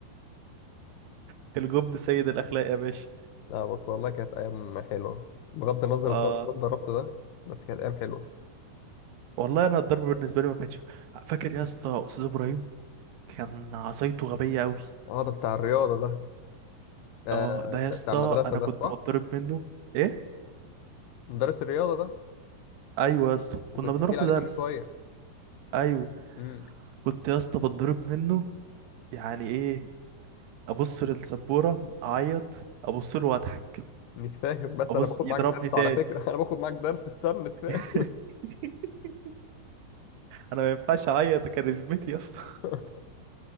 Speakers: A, on the right; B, on the left.
A: <laughs> الجبن سيد الأخلاق يا باشا
B: لا بس والله كانت ايام حلوه بغض النظر
A: آه
B: الضرب اللي أنا ضربته ده بس كانت ايام حلوه
A: والله أنا الضرب بالنسبة لي ما كانش فاكر يا اسطى أستاذ إبراهيم كان عصايته غبية أوي
B: اه ده بتاع الرياضه ده آه
A: آه ده يا اسطى
B: بتاع المدرسه
A: أنا
B: ده
A: كنت
B: صح
A: بتضرب منه إيه
B: مدرس الرياضة ده
A: أيوه يا اسطى كنا
B: اللي كنت
A: بنروح
B: بتحكي لي عليه
A: له درس
B: كل شوية
A: أيوه
B: امم
A: كنت يا اسطى بتضرب منه يعني ايه ابص للسبورة اعيط ابص له واضحك
B: مش فاهم بس
A: ابص
B: أنا باخد
A: يضربني
B: معاك درس
A: تاني
B: على فكرة <laughs> أنا باخد معاك درس السلة فاهم
A: <laughs> انا ما ينفعش اعيط كاريزمتي يا اسطى
B: <laughs>
A: <laughs>